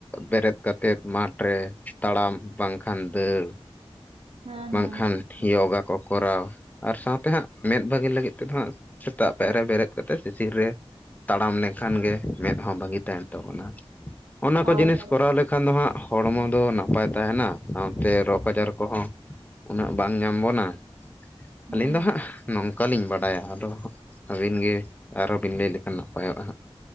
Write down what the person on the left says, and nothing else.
ᱵᱮᱸᱨᱮᱫ ᱠᱟᱛᱮᱫ ᱢᱟᱴᱷ ᱨᱮ ᱛᱟᱲᱟᱢ ᱵᱟᱝᱠᱷᱟᱱ ᱫᱟᱹᱲ
ᱵᱟᱝᱠᱷᱟᱱ
ᱭᱚᱜᱟ ᱠᱚ ᱠᱚᱨᱟᱣ ᱟᱨ ᱥᱟᱶᱛᱮ ᱦᱟᱸᱜ ᱢᱮᱫ ᱵᱷᱟᱹᱜᱤ ᱞᱟᱹᱜᱤᱫ ᱛᱮᱫᱚ ᱦᱟᱸᱜ ᱥᱮᱸᱛᱟᱜ ᱯᱟᱭᱟᱨ ᱨᱮ ᱵᱮᱨᱮᱫ ᱠᱟᱛᱮ ᱥᱤᱥᱤᱨ ᱨᱮ ᱛᱟᱲᱟᱢ ᱞᱮᱠᱷᱟᱱ ᱜᱮ ᱢᱮᱸᱫ ᱦᱚᱸ ᱵᱷᱟᱹᱜᱤ ᱛᱟᱦᱮᱱ ᱛᱟᱵᱚᱱᱟ ᱚᱱᱟ
ᱠᱚ ᱡᱤᱱᱤᱥ
ᱠᱚᱨᱟᱣ ᱞᱮ ᱠᱷᱟᱱ ᱫᱚ ᱦᱟᱸᱜ ᱦᱚᱲᱢᱚ ᱫᱚ ᱱᱟᱯᱟᱭ ᱛᱟᱦᱮᱱᱟ ᱥᱟᱶᱛᱮ ᱨᱳᱜᱽ ᱟᱪᱟᱨ ᱠᱚᱦᱚᱸ ᱩᱱᱟᱹᱜ ᱵᱟᱝ ᱧᱟᱢ ᱵᱚᱱᱟ
ᱟᱹᱞᱤᱧ ᱫᱚ
ᱦᱟᱸᱜ ᱱᱚᱝ ᱵᱟᱹᱞᱤᱧ ᱵᱟᱰᱟᱭᱟ ᱟᱫᱚ ᱦᱟᱸᱜ ᱟᱹᱵᱤᱱ ᱜᱮ ᱟᱨᱦᱚᱸ ᱵᱤᱱ ᱞᱟᱹᱭ ᱞᱮᱠᱷᱟᱱ ᱱᱟᱯᱟᱭᱚᱜᱼᱟ ᱦᱟᱸᱜ